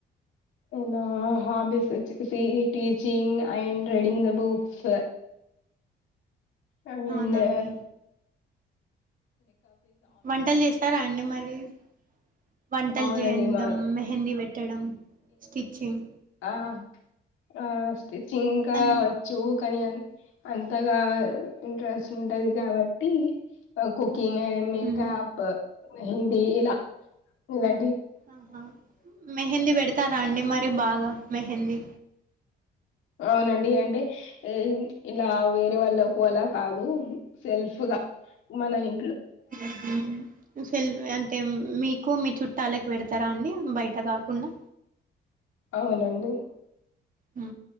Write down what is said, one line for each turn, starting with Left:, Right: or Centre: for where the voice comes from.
Left: నా
Right: అవునండి
Left: హ్యాబిట్స్ వచ్చేసి teaching, and reading in the books, ఎనో
Right: అవునండి వంటలు చేస్తారా, అండి మరి <unintelligible> వంటలు
Left: అవునండి
Right: చేదాం,
Left: మా
Right: మెహందీ పెట్ పెట్టడం, స్టిచింగ్
Left: ఆ ఆ స్టిచింగ్ ఇంకా
Right: అన్
Left: వచ్చు కనీ అంతగా ఇంట్రెస్ట్ ఉంటది, కాబట్టి కొత్త ఇంకా ఎం అండీ మేకప్
Right: మ్మ్
Left: మెహందీ ఇలా ఇలా
Right: ఆహా మెహందీ పెడతారా అండి మరి ఎ బాగా మెహందీ,
Left: అవునండి అంటే ఇలా వేరే వాళ్ళకు అలా కాదు సెల్ఫ్గా మన ఇ
Right: ఉ యుస్లీమి అంటే మీకు ఎక్కువ మీ చుట్టాలకు పెడతారా అండి బయట కాకుండా,
Left: అవునండి
Right: హు